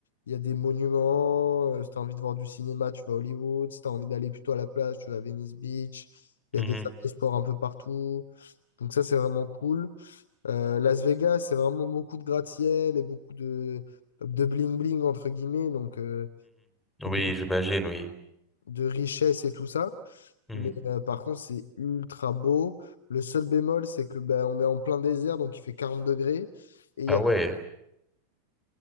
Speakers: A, on the left; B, in the centre.
A: il y a des monuments. euh, si t'as envie de voir du cinéma, tu vas à Hollywood. Si t'as envie d'aller plutôt à la plage, tu vas à Venice Beach. Il
B: mhm,
A: y a des salles de sport un peu partout. Donc ça, c'est vraiment cool. Euh, Las Vegas, c'est vraiment beaucoup de gratte-ciel et beaucoup de de bling-bling, entre guillemets. Donc, euh,
B: mhm.
A: beaucoup
B: Oui,
A: de,
B: j'imagine, oui.
A: de richesse et tout ça.
B: Mhm.
A: Mais euh, par contre, c'est ultra beau. Le seul bémol, c'est que ben, on est en plein désert, donc il fait 40 degrés. Et il
B: Ah
A: y a...
B: ouais.